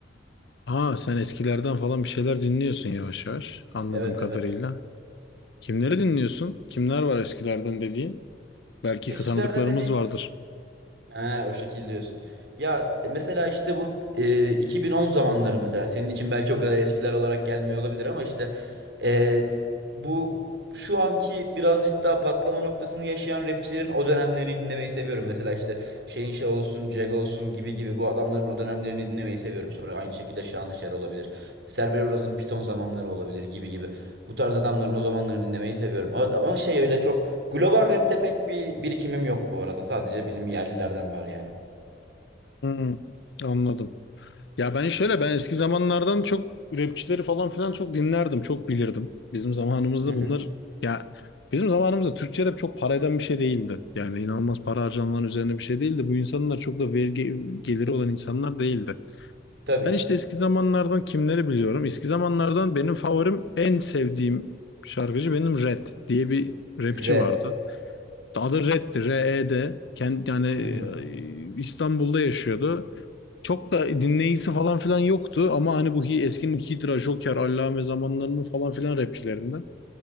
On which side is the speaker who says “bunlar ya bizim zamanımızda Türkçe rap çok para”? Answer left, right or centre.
Left